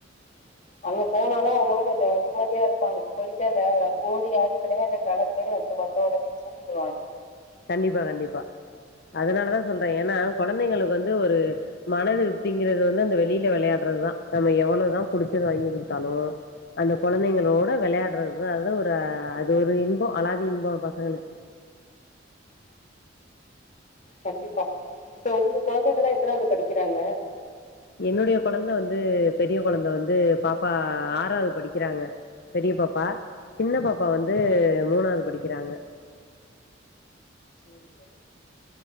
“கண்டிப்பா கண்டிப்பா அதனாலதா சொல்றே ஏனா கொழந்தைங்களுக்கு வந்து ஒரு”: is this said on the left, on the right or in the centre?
Left